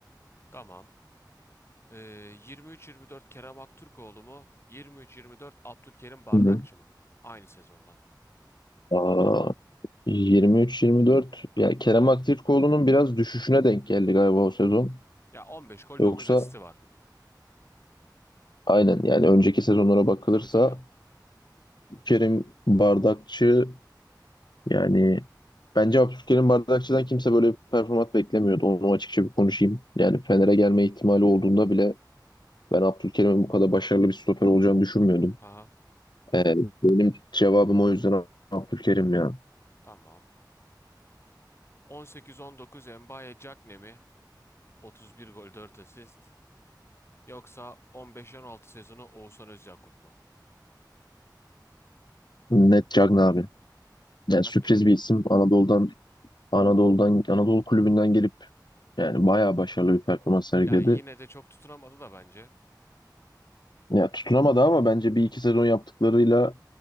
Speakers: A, on the left (about 35°); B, on the left (about 75°).
A: Tamam. Ee, yirmi üç yirmi dört Kerem Aktürkoğlu mu? Yirmi üç, yirmi dört Abdülkerim Bardakçı
B: Hı hı.
A: mı? Aynı sezondan.
B: Aa, 23-24 ya Kerem Aktürkoğlu'nun biraz düşüşüne denk geldi galiba o sezon.
A: Ya 15 gol
B: Yoksa
A: dokuz asisti var.
B: aynen yani önceki sezonlara bakılırsa
A: Tabii tabii.
B: Kerim Bardakçı yani bence Abdülkerim Bardakçı'dan kimse böyle bir performans beklemiyordu. Onu açıkça bir konuşayım. Yani Fener'e gelme ihtimali olduğunda bile ben Abdülkerim'in bu kadar başarılı bir stoper olacağını düşünmüyordum.
A: Haha.
B: Ee, benim cevabım o yüzden Abdülkerim ya.
A: Tamam. 18-19 Mbaye Diagne mi? 31 gol 4 asist. Yoksa on beş, on altı sezonu Oğuzhan Özyakup mu?
B: Net Cagna abi. Yani
A: Diagne
B: sürpriz
A: mi?
B: bir isim. Anadolu'dan Anadolu'dan Anadolu kulübünden gelip Yani bayağı başarılı bir performans sergiledi.
A: Ya yine de çok tutunamadı da bence.
B: Ya tutunamadı ama bence bir iki sezon yaptıklarıyla